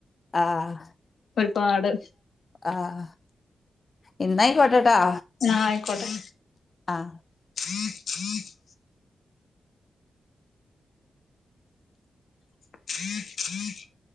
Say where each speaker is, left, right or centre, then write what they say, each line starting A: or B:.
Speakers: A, on the left; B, on the left.
A: ആഹ്
B: ഒരുപാട്
A: ആഹ് ഇന്നായികോട്ടെട്ടോ
B: ആഹ് അയ്ക്കോട്ടെ
A: ആഹ്
B: <unintelligible> <inaudible>